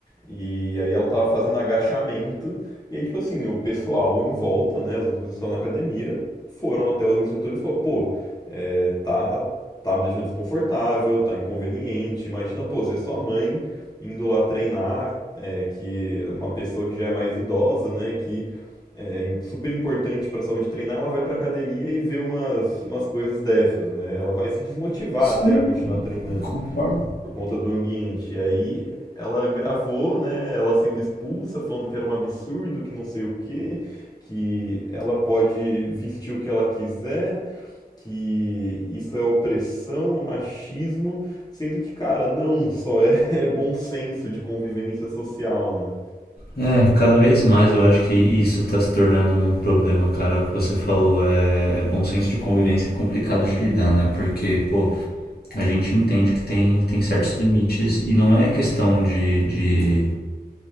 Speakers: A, on the left; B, on the left.
A: e aí ela tava fazendo agachamento. E aí, tipo assim, o pessoal em volta, né? As outras pessoas que estavam na academia foram até os instrutores e falaram, pô, é, tá, tá me deixando desconfortável, tá inconveniente. Imagina, pô, ser sua mãe indo lá treinar, é, que uma pessoa que já é mais idosa, né? Que é super importante pra saúde treinar, ela vai pra academia e vê umas, umas coisas dessas, né? Ela vai se desmotivar
B: sim,
A: até a continuar treinando
B: concordo.
A: por conta do ambiente. E aí ela gravou, né, ela sendo expulsa, falando que era um absurdo, que não sei o quê, que ela pode vestir o que ela quiser, que isso é opressão, é machismo, sendo que, cara, não, só é, <laughs> é bom senso de convivência social, né?
B: É, cada vez mais eu acho que isso está se tornando um problema, cara. O que você falou é, é bom senso de convivência é complicado de lidar, né? Porque, pô, a gente entende que tem, tem certos limites e não é questão de, de